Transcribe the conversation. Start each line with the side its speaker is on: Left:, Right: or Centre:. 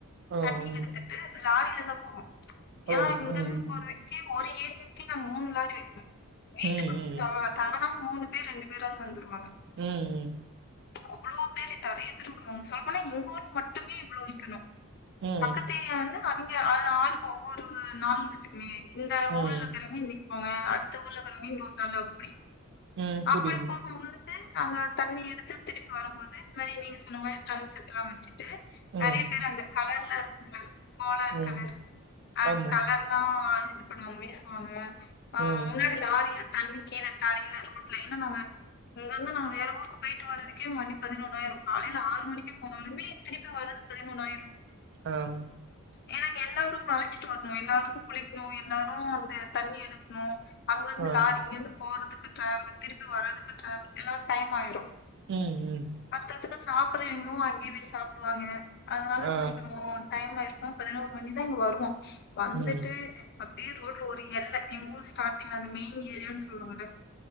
Right: ஆ
Left: தண்ணி
Right: ம்
Left: எடுத்துட்டு லாரிலதான் போவோம் ஏன்னா
Right: ஓ ம்
Left: இங்கர்ந்து போறதுக்கு ஒரு ஏரியக்குே நான் மூணு லாரி வைக்கணு வீட்டுக்கு
Right: ம் ம்
Left: த தவணா மூணு பேர் ரெண்டு பேராது வந்துருவாங்க
Right: ம்
Left: அவ்வளோ பேரு நிறைய பேர் வருவாங்க சொல்ல போனா எங்க ஊர்ல மட்டுமே இவ்வளோ விக்கணும்
Right: ம்
Left: பக்கத்து ஏரியா வந்து அ அது ஆளு கோ ஒரு நாள்ன்னு வச்சுக்கேங்க இந்த
Right: ம்
Left: ஊர்ல இருக்கிறங்க இன்னை போங்க அடுத்த ஊர்ல கிழம்பி இன்னூர்த்தவ்ங்க அப்படி
Right: ம்
Left: அப்டிய
Right: புரியுது
Left: போகு போது நாங்கள் தண்ணி எடுத்து திருப்பி வரும்போது இந்த மாதிரி நீங்கள் சொன்ன மாதிரி ட்ரம் செட் எல்லா வச்சுட்டு நிறைய
Right: ம்
Left: பேர் வந்த கலர் எல்லாம் இருக்கும்ள கோலம்
Right: ம்
Left: கலர் அஹ்
Right: ஆமா
Left: கலர்ல்லாம் இதுக் நம்மவே சொன்ன ஆஹ்
Right: ம்
Left: முன்னாடில லாரிலா தழுவிக்கென தலயில அரும்பு ன்ன நாங்க இங்க இருந்தான் நாங்க வேற ஊருக்கு போயிட்டு வர்றதுக்கே மண்ணி பதினொணாயிரம் காலையில ஆறு மணிக்கு போனாலுமே திருப்பி வர்றதுக்கு பதிமொணாயிரம்
Right: ஆஹ்
Left: ஏன்னா இங்க எல்லாரு வளைச்சிட்டு வரணும் எல்லாருக்கு குளிக்க ணும் எல்லாரு அந்த தண்ணி எடுக்கணு அங்க இருந்து
Right: ஆ
Left: லாரிங்க இருந்து போறதுக்கு டிராவல் திருப்பி வர்றதுக்கு ட்ராவல் எல்லா டைம் ஆயிரும்
Right: ம் ம்
Left: பத்தாதக்கு சாப்பிடுற எணமு அங்கேயே போய் சாப்பிடுவாங்க அதனால
Right: ஆ
Left: கொஞ்சம் டைம்மா இருக்கு பதினோரு மணிதான் இங்க வருவோம் வந்துட்டு
Right: ம்
Left: அப்படியே ரோட்ல ஒரு எல்ல எங்க ஊர் ஸ்டார்டிங்ல அந்த மெயின் ஏரியான்னு சொல்லுவாங்க